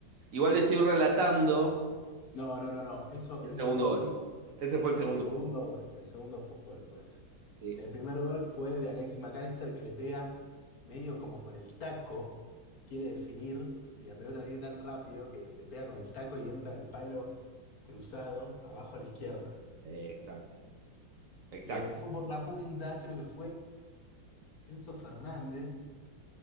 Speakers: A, on the right (about 55°); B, on the left (about 50°).
A: Igual le estoy relatando
B: no, no, no, no. Eso,
A: el
B: eso
A: segundo
B: no fue
A: gol.
B: así.
A: Ese fue el segundo
B: El segundo
A: gol.
B: gol, el segundo fu- gol fue ese.
A: Sí,
B: El primer gol fue de Alexis McAllister que le pega medio como con el taco, quiere definir y la pelota viene tan rápido que le pega con el taco y entra el palo cruzado abajo a la izquierda.
A: Sí, exacto, exacto.
B: Y el que fue por la punta creo que fue Enzo Fernández